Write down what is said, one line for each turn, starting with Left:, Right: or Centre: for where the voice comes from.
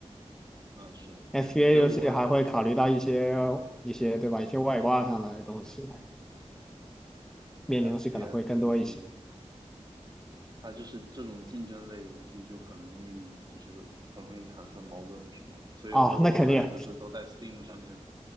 Right: 嗯是，
Centre: ，FPS
Right: 所以我
Centre: 游戏还会考虑到一些一些对吧，一些外挂上的东西，面临东西可能会更多一些。
Right: FPS 游戏它就是这种竞争类游戏就很容易，就是很容易产生矛盾什么的。所以说我后来就是都在
Centre: 哦，那肯定，
Right: Steam 上面